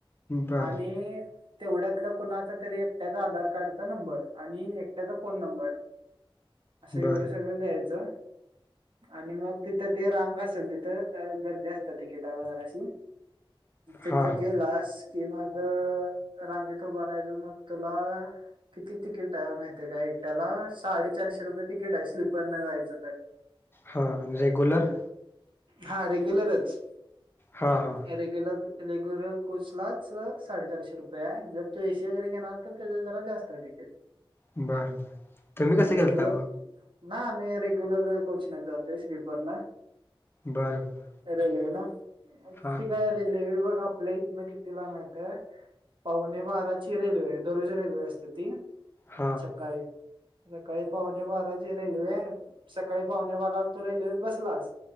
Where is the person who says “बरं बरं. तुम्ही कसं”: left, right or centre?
Left